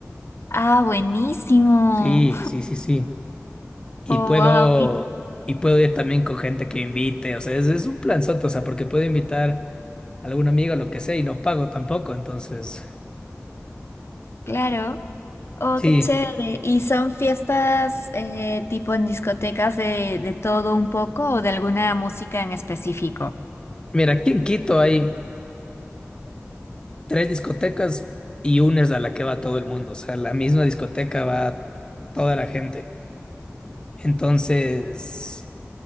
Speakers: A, on the left (about 60°); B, on the left (about 20°).
A: ah, buenísimo.
B: Sí, sí, sí, sí. Y
A: Oh,
B: puedo,
A: wow. Y
B: y puedo ir también con gente que invite. O sea, es, es un planzote, o sea, porque puedo invitar a algún amigo lo que sea y no pago tampoco. Entonces,
A: claro. Oh,
B: sí.
A: qué chévere. ¿Y son fiestas eh, tipo en discotecas de, de todo un poco o de alguna música en específico?
B: Mira, aquí en Quito hay tres discotecas y una es a la que va todo el mundo. O sea, la misma discoteca va toda la gente. Entonces,